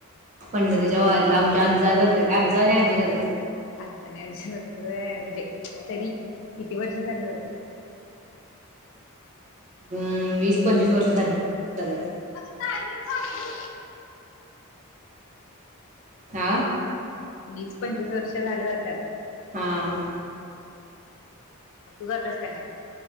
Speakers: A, on the right; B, on the left.
A: पंढरीच्या वारीला आमच्या आज्जा जातात आज्जा आणि आज्जी जातात.
B: आजा आणि आजी जातात व्हय म्हणजे तरी किती वर्ष झालं जात्यात?
A: हम् वीस पंचवीस वर्ष झाली जात्यात
B: आग पाणी पाजे
A: हां
B: वीस पंचवीस वर्ष झाल जात्यात
A: हा आ
B: म तू जात्यास काय नाही?